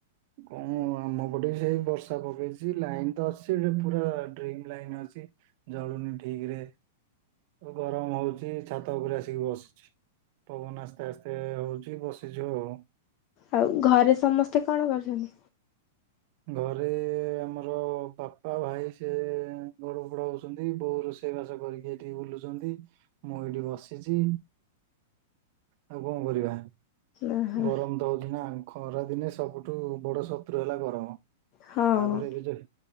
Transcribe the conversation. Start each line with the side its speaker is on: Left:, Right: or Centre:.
Right: କଣ ଆମ ପଟେ ବି ସେଇ ବର୍ଷା ପକେଇଛି ଲାଇନ୍ ତ ଅଛି, ହେଲେ ପୁରା ଡ୍ରିମ୍ ଲାଇନ୍ ଅଛି। ଜଳୁନି ଠିକ୍ ରେ। ଗରମ ହଉଛି ଛାତ ଉପରେ ଆସିକି ବସିଛି। ପବନ ଆସ୍ତେ ଆସ୍ତେ ହଉଛି ବସିଚୁ ଆଉ
Left: ଆଉ ଘରେ ସମସ୍ତେ କଣ କରୁଛନ୍ତି?
Right: ଘରେ ଆମର ବାପା ଭାଇ ସେ ଗଡ ପଡ ହଉଛନ୍ତି ବୋଉ ରୋଷେଇବାସ କରିକି ଏଠିକି ବୁଲୁଛନ୍ତି, ମୁଁ ଏଇଠି ବସିଛି, ଆଉ କଣ କରିବା।
Left: ଓହୋ
Right: ଗରମ ତ ହଉଛି ନା, ଖରା ଦିନେ ସବୁଠୁ ବଡ ଶତ୍ରୁ ହେଲା ଗରମ।
Left: ହଁ
Right: ତାପରେ ଏବେ ଯୋଉ